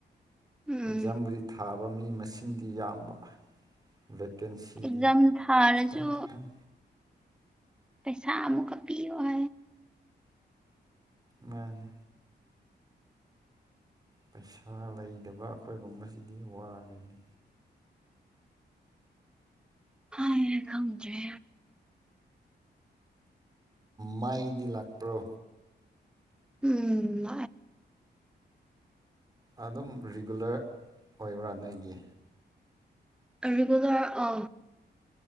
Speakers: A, in the centre; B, on the right.
A: ꯎꯝ
B: ꯖꯝꯕꯨꯔꯤ ꯊꯥꯕ ꯃꯤ ꯃꯁꯤꯡꯗꯤ ꯌꯥꯝꯕ ꯚꯦꯀꯦꯟꯁꯤꯗꯤ
A: ꯑꯦꯛꯖꯝ ꯊꯥꯔꯁꯨ
B: ꯈꯤꯇꯪ ꯈꯤꯇꯪ
A: ꯄꯩꯁꯥ ꯑꯃꯨꯛ ꯑꯤ ꯋꯥ
B: ꯃꯥꯅꯦ ꯄꯩꯁꯥ ꯂꯩꯇꯕ ꯑꯩꯈꯣꯏꯒꯨꯝꯕꯁꯤꯗꯤ ꯋꯥꯔꯤꯅꯤ
A: ꯑ ꯊꯝꯖ
B: ꯃꯥꯏꯗꯤ ꯂꯥꯛꯄ꯭ꯔꯣ
A: ꯎꯝ
B: ꯑꯗꯨꯝ ꯔꯤꯒꯨꯂꯔ ꯑꯣꯏꯕ꯭ꯔꯥ ꯅꯣꯏꯒꯤ
A: ꯑꯔꯤꯕꯖꯔ ꯑ